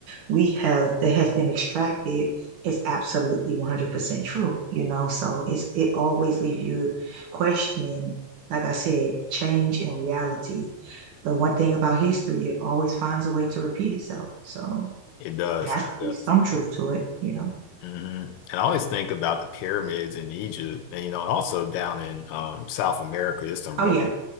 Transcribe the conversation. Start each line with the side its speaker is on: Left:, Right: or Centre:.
Right: we have that has been extracted is absolutely 100% true, you know? So it's it always leaves you questioning, like I said, change in reality. But one thing about history, it always finds a way to repeat itself. So
Left: It does.
Right: it has to
Left: It does.
Right: be some truth to it, you know?
Left: hmm And I always think about the pyramids in Egypt, and you know, also down in um, South America, there's some
Right: Oh
Left: really
Right: yeah.